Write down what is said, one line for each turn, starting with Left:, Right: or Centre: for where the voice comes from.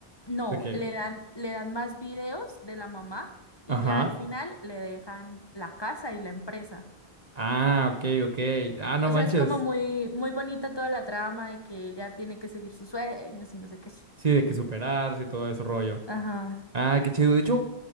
Left: no,
Right: de que,
Left: le dan, le dan más videos de la mamá y
Right: ajá,
Left: ya al final le dejan la casa y la empresa.
Right: ah, ok, ok, ah, no
Left: O
Right: manches,
Left: sea, es como muy, muy bonita toda la trama de que ella tiene que seguir sus sueños y no sé qué.
Right: sí, de que superarse y todo ese rollo.
Left: Ajá.
Right: Ah, qué chido, de hecho,